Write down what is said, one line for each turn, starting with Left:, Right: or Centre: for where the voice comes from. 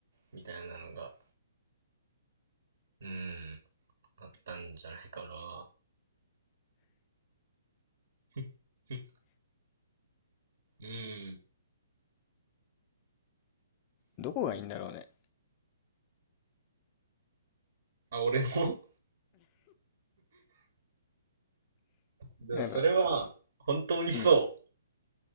Right: みたいなのが、うーん、あったんじゃないかな。<laughs> うん。
Left: どこがいいんだろうね。
Right: あ、俺の <laughs> でもそれは、
Left: なんか、
Right: 本当にそ
Left: うん。